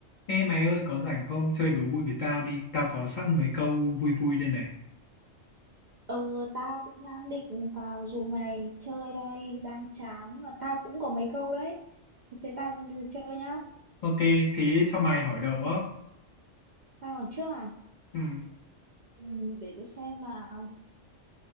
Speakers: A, on the left (about 55°); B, on the right (about 55°).
A: Ê mày ơi có rảnh không? Chơi đố vui với tao đi. Tao có sẵn mấy câu vui vui đây này.
B: Ờ, tao cũng đang định vào dù mày chơi đây, đang chán mà tao cũng có mấy câu đấy. Thế tao bây giờ chơi nhá.
A: Ok, thế cho mày hỏi đầu á.
B: Tao ở trước à?
A: Ừ.
B: Ừ, để tao xem nào.